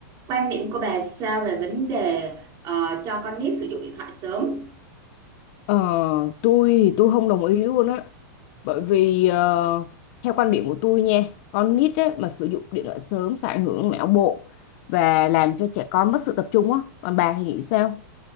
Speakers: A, on the right; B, on the left.
A: Quan điểm của bà sao về vấn đề ờ, cho con nít sử dụng điện thoại sớm?
B: Ờ, tôi thì tôi không đồng ý luôn á bởi vì ờ, theo quan điểm của tôi nha con nít á, mà sử dụng điện thoại sớm sẽ ảnh hưởng não bộ và làm cho trẻ con mất sự tập trung á còn bà thì nghĩ sao